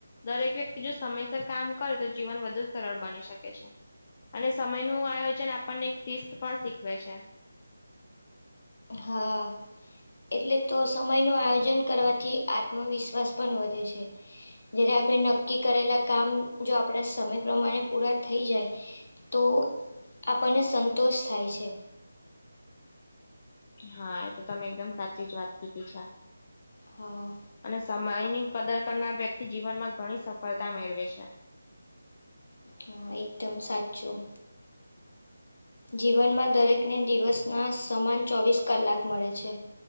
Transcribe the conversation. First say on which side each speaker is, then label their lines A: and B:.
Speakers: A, on the left; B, on the left.
A: દરેક વ્યક્તિ જો સમયસર કામ કરે તો જીવન વધ વધુ સરળ બની શકે છે અને સમય નું આયોજન આપણને એક શિસ્ત પણ શીખવે છે.
B: હા એટલે તો સમયનું આયોજન કરવાથી આ આત્મવિશ્વાસ પણ વધે છે. જ્યારે આપણે નક્કી કરેલા કામ જો આપણા સમય પ્રમાણે પૂરા થઈ જાય. તો આપણને સંતોષ થાય છે.
A: હા એ તો તમે એકદમ સાચી જ વાત કીધી છે.
B: હા.
A: અને સમયની કદર કરનાર વ્યક્તિ જીવનમાં ઘણી સફળતા મેળવે છે.
B: હા એકદમ સાચું. જીવનમાં દરેકને દિવસના સમાન ચોવીસ કલાક મળે છે.